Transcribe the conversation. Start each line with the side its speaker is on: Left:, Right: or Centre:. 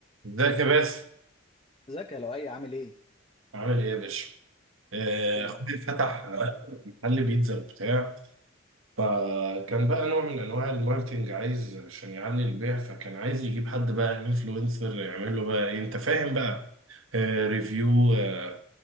Right: ازيك يا باسم
Left: ازيك يا لؤي عامل ايه؟
Right: عامل ايه يا باشا؟ آه،
Left: كله
Right: اخوي
Left: عارف.
Right: فتح آه، محل بيتزا وبتاع فكان بقى نوع من انواع الماركتينج عايز عشان يعلي البيع فكان عايز يجيب حد بقى انفلونسر يعمل له بقى ايه انت فاهم بقى آه، ريفيو آه،